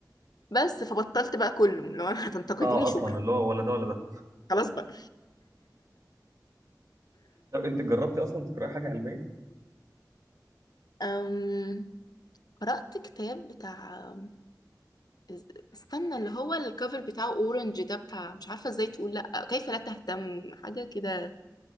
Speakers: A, on the left; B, on the right.
A: بس فبطلت بقى كله لو انا <laughs> هتنتقديني
B: اه
A: شكرا
B: اصلا اللي هو ولا ده ولا ده
A: خلاص بقى
B: طب انت جربتي اصلا تقراي حاجه علميه
A: أم... قرأت كتاب بتاع آم، إز- استنى اللي هو الكفر بتاعه اورنج ده بتاع مش عارفة ازاي تقول لا كيف لا تهتم حاجة كده